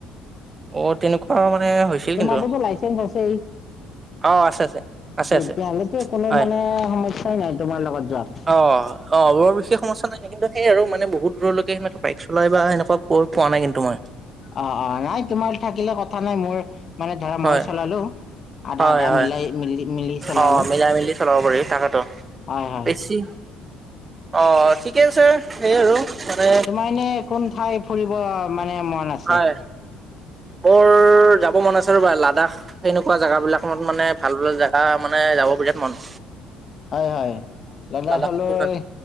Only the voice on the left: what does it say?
তোমাৰটো
লাইচেঞ্চ আছেই?
তেতিয়াহ'লেতো
কোনো
মানে সমস্যাই নাই তোমাৰ লগত যোৱাত।
অ', অ' নাই তোমাৰ থাকিলে কথা নাই মোৰ মানে ধৰা
মই চলালো আধা
আধা
মিলাই মিলি মিলি চলালো
হয় হয়।
তোমাৰ এনে কোন ঠাই ফুৰিব মানে মন আছে?
হয় হয়। লাডাখলৈ